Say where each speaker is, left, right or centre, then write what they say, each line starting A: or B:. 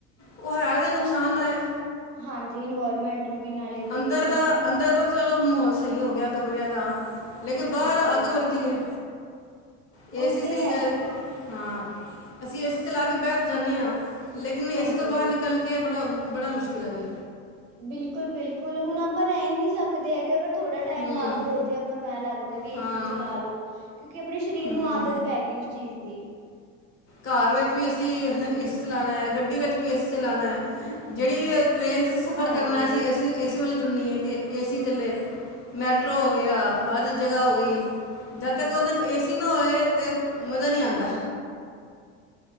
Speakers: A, on the left; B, on the right.
A: ਉਹ ਹੈ ਤੇ ਨੁਕਸਾਨਦਾਇਕ।
B: ਹਾਂਜੀ ਇਨਵਾਇਰਮੈਂਟ ਨੂੰ ਵੀ ਨਾਲੇ ਦੇਖਲੋ,
A: ਅੰਦਰ ਦਾ
B: ਹਨਾ ਕਿਵੇਂ
A: ਅੰਦਰ ਦਾ ਚਲੋ ਮਾਹੌਲ ਸਹੀ ਹੋ ਗਿਆ ਕਮਰਿਆਂ ਦਾ, ਲੇਕਿਨ ਬਾਹਰ
B: ਹਾਂਜੀ
A: ਅੱਗ ਵਧਦੀ ਹੈ। ਇਹ
B: ਉਹੀ
A: ਏਸੀ
B: ਤੇ
A: ਸੀਲ
B: ਹੈਗਾ
A: <unintelligible>
B: ਕਿ
A: ਹਾਂ ਅਸੀਂ ਏਸੀ ਚਲਾ ਕੇ ਬਹਿ ਤੇ ਜਾਂਣੇ ਆਂ ਲੇਕਿਨ ਏਸੀ
B: ਹਾਂਜੀ
A: ਤੋਂ ਬਾਰ ਨਿਕਲ ਕੇ ਤੇ ਬੜਾ-ਬੜਾ ਮੁਸ਼ਕਿਲ ਐ ਵਈ
B: ਬਿਲਕੁਲ-ਬਿਲਕੁਲ ਹੁਣ ਆਪਾਂ ਰੈ ਈ ਨਈ ਸਕਦੇ ਹੈਗੇ ਅਗਰ ਥੋੜਾ ਟਾਈਮ
A: ਹੂੰ
B: ਬੰਦ ਹੋ ਜੇ ਆਪਾਂ ਨੂੰ ਐਂ ਲੱਗਦਾ ਹੈ ਕਿ
A: ਹਾਂ
B: ਏਸੀ ਚਲਾ ਲੋੋ। ਕਿਉਂਕਿ ਆਪਣੇ ਸ਼ਰੀਰ
A: ਹੂੰ
B: ਨੂੰ ਆਦਤ ਪੈ ਗਈ ਉਸ ਚੀਜ਼ ਦੀ
A: ਘਰ ਵਿੱਚ ਵੀ ਅਸੀਂ ਏਸੀ ਚਲਾਣਾ ਗੱਡੀ ਵਿੱਚ ਵੀ ਏਸੀ ਚਲਾਉਣਾ ਜੇੜੀ ਟ੍ਰੇਨ 'ਚ ਅਸੀਂ ਸਫ਼ਰ
B: ਹਾਂਜੀ
A: ਕਰਨਾ ਹੈ ਅਸੀਂ ਏਸੀ-ਏਸੀ ਵਾਲੀ ਚੁਨੀ ਏ ਕਿ ਏਸੀ ਚੱਲੇ। ਮੈਟਰੋ ਹੋ ਗਿਆ ਹਰ ਜਗ੍ਹਾ ਹੋ ਗਈ। ਜਦ ਤੱਕ ਉਹਨਾਂ ਚ ਏਸੀ ਨਾ ਹੋਏ ਤਾਂ ਮਜ਼ਾ ਨਈ ਆਂਦਾ।